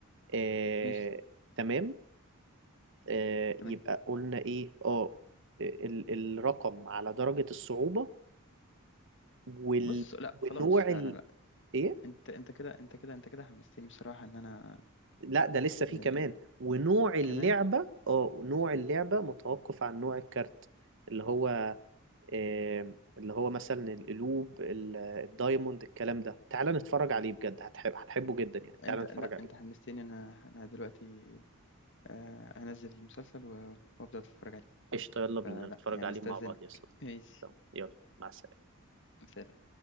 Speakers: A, on the right (about 60°); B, on the left (about 60°).
A: آه،
B: ماشي
A: تمام آه،
B: تمام
A: يبقى قلنا ايه اه آه، ال- الرقم على درجة الصعوبة وال...
B: بص لا
A: ونوع
B: خلاص لا
A: ال...
B: لا لا
A: ايه
B: انت انت كده انت كده انت كده حمستني بصراحة ان انا
A: لا ده لسه فيه
B: آه
A: كمان ونوع اللعبة
B: كمان
A: اه نوع اللعبة متوقف عن نوع الكارت اللي هو آه، اللي هو مثلا القلوب ال- الدايموند الكلام ده تعال نتفرج عليه بجد هتحب هتحبه جدا يعني
B: انت
A: تعال نتفرج
B: لا
A: عليه
B: انت حمستني انا انا دلوقتي آه هنزل المسلسل و- وابدا اتفرج عليه
A: قشطة يلا بينا
B: فلا
A: نتفرج
B: يعني
A: عليه
B: استاذنك
A: مع بعض يا صديقي
B: ماشي
A: تمام يلا مع السلامة
B: سلام